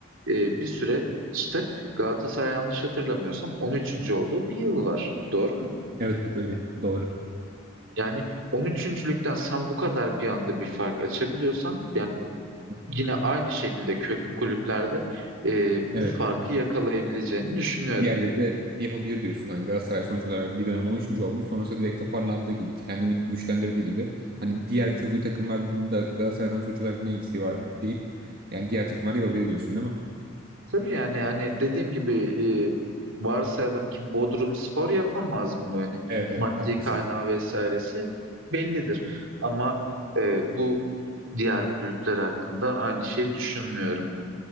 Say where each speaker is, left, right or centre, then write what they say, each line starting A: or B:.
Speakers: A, on the right; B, on the right.
A: e, bir süre işte Galatasaray yanlış hatırlamıyorsam 13. olduğu bir yıl var. Doğru mu?
B: Evet, evet öyle. Doğru.
A: Yani 13.lükten sen bu kadar bir anda bir fark açabiliyorsan yani yine
B: Evet.
A: aynı şekilde köklü kulüplerde e, bu
B: Evet.
A: farkı yakalayabileceğini düşünüyorum.
B: Diğerleri de yapabilir diyorsun. Hani Galatasaray sonuç olarak bir dönem on üçüncü olmuş. Sonrasında direkt toparlandığı gibi, kendini güçlendirdiği gibi. Hani diğer köklü takımlarda da Galatasaray'dan sonuç olarak ne eksiği var deyip yani diğer takımlar yapabilir diyorsun değil mi?
A: Tabii yani hani dediğim gibi e, varsayalım ki Bodrumspor yapamaz bunu hani
B: Evet evet
A: maddi
B: haklısın.
A: kaynağı vesairesi bellidir. Ama e, bu diğer kulüpler hakkında aynı şeyi düşünmüyorum.